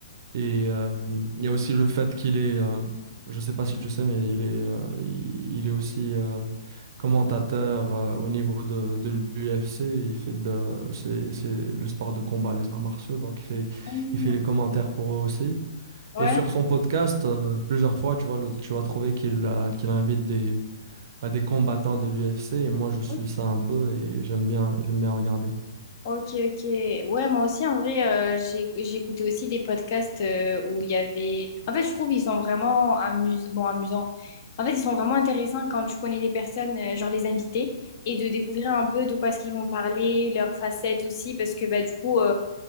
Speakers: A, on the right; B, on the left.
A: Et euh, il y a aussi le fait qu'il est, euh, je ne sais pas si tu sais, mais il est, euh, il il est aussi euh, commentateur euh, au niveau de, de l'UFC. Il fait de, c'est, c'est le sport de combat, les arts martiaux. Donc, il fait,
B: Mhm.
A: il fait les commentaires pour eux aussi.
B: Ouais.
A: Et sur son podcast, euh, plusieurs fois, tu vas, le- tu vas trouver qu'il euh, qu'il invite des, à des combattants de l'UFC. Et moi, je suis
B: Ok.
A: ça un peu et j'aime bien, j'aime bien regarder.
B: Ok, ok. Ouais, moi aussi, en vrai, euh, j'ai, j'ai écouté aussi des podcasts euh, où il y avait... En fait, je trouve ils sont vraiment amus... bon, amusants. En fait, ils sont vraiment intéressants quand tu connais les personnes, euh, genre les invités, et de découvrir un peu de quoi est-ce qu'ils vont parler, leurs facettes aussi, parce que bah, du coup, euh,